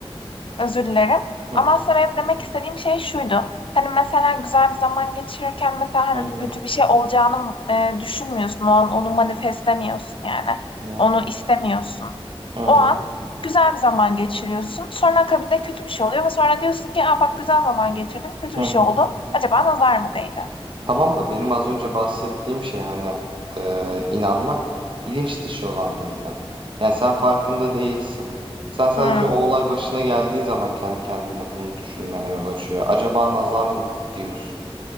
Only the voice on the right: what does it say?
hı
hı hı
hı
hı
hı
hı
hı
Tamam da benim az önce bahsettiğim şey hani eee, inanmak bilinç dışı olan bir eylem. Yani sen farkında değilsin. Sen sadece
o olay başına geldiği zaman kendi kendine bunu düşünmene yol açıyor. Acaba nazar mı diyorsun?